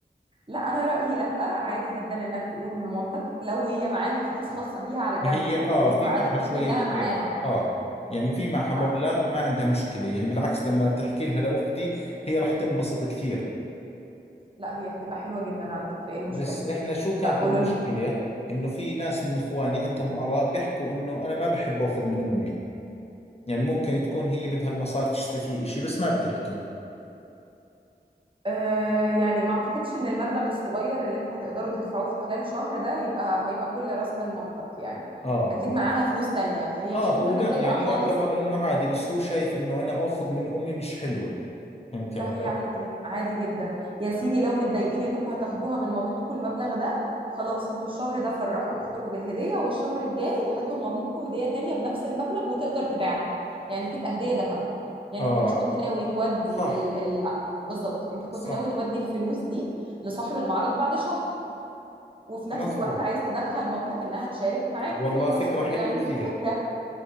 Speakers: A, on the right; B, on the left.
A: لا انا رايي لا عادي جدا انك تقول لمامتك لو هي معاها فلوس خاصه بيها على جنب
B: هي
A: يعني
B: آه
A: لو انتوا
B: في
A: عارفين
B: معها شوية
A: انها معاها
B: آه يعني في معها مبلغ
A: لا
B: ما عندها مشكلة يعني بالعكس لما تحكي لها لأختي هي راح تنبسط كثير
A: لا هي هتبقى حلوة جدا على فكرة ايه المشكلة
B: بس إحنا شو كانت
A: لا قولوا
B: المشكلة
A: لها
B: إنه في ناس من إخواني عندهم آراء بيحكوا إنه أنا ما بحب أخذ من أمي يعني ممكن تكون هي بدها المصاري تشتري فيه إشي بس ما بتحكي
A: آه يعني ما اعتقدش ان المبلغ الصغير اللي انتوا هتقدروا تدفعوه في خلال شهر ده يبقى هيبقى كل راس مال مامتك يعني
B: آه
A: اكيد
B: آه.
A: معاها فلوس تانية فهي
B: اه
A: مش هتبقى
B: هو
A: متضايقة
B: لا يعني
A: خالص
B: يعتبر انه عادي بس هو شايف انه انا اخذ من امي مش حلوة فهمتي
A: لا
B: علي
A: هي عادي عادي جدا يا سيدي لو متضايقين انكم هتاخدوها من مامتكم المبلغ ده خلاص انتوا الشهر ده فرحوا اختكم بالهديه والشهر الجاي هاتوا لمامتكم هديه تانية بنفس المبلغ وتقدر تبيعها يعني تبقى هديه ذهب يعني
B: اه
A: انت مش كنت ناوي تودي
B: صح
A: ال... ال... بالظبط انت كنت
B: صح
A: ناوي تودي الفلوس دي لصاحب المعرض بعد شهر وفي
B: مزبوط
A: نفس الوقت عايز تدخل مامتك انها تشارك معاك
B: والله
A: في الصح...
B: فكرة حلوة
A: يعني
B: كثير
A: في الفكره